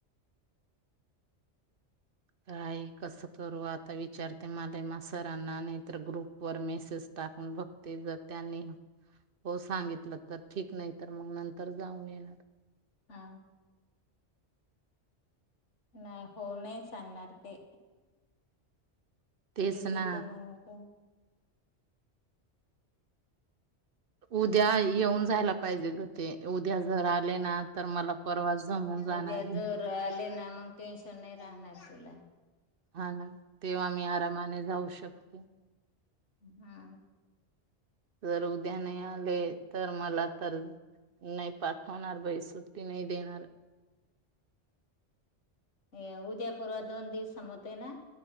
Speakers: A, on the right; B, on the left.
A: तरई कस करू आता विचारते मला म सरांना नाही तरर ग्रुप वर मेसेज टाकून बघते ज त्यांनी हो सांगितलं तर ठीक नाही तर मग नंतर जाऊन येणार
B: हा नाही होऊ नाही सांगणार ते
A: तेच
B: रिज
A: ना
B: ते म्हनत
A: उद्या येऊन जायला पाहिजे ते उद्या जर आले ना तर मला परवा जमून जाणार.
B: उद्या जले ना मग टेनशन नाही राहणार तुला
A: हा ना तेव्हा आम्ही आरामाने जाऊ शकतो
B: हा
A: जर उद्या नाही आले तर मला तर नाही पाठवणार बाई सुट्टी नाही देणार
B: या उद्या पूर्व दोन दिवस समत आहे ना